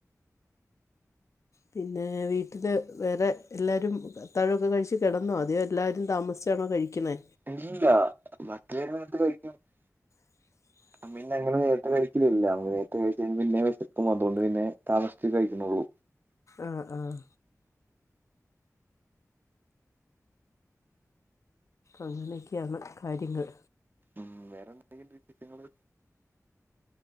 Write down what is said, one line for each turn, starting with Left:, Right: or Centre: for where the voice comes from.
Left: പിന്നെ വീട്ടിൽ വേറെ എല്ലാരും അത്താഴമൊക്കെ കഴിച്ച് കിടന്നോ അതിയോ എല്ലാവരും താമസിച്ചാണോ കഴിക്കുന്നെ
Right: <unintelligible>
Left: <inaudible>
Right: പിന്ന ഞങ്ങള് നേരത്തെ കഴിക്കിലില്ല നേരത്തെ കഴിച്ച പിന്നെ വിശക്കും അതുകൊണ്ട് പിന്നെ താമസിച്ച് കഴിക്കുണുള്ളൂ
Left: ആഹ് ആഹ് അങ്ങനെയൊക്കെയാണ് കാര്യങ്ങൾ
Right: ഉം വേറെ എന്തെങ്കിലും വിശേഷങ്ങള്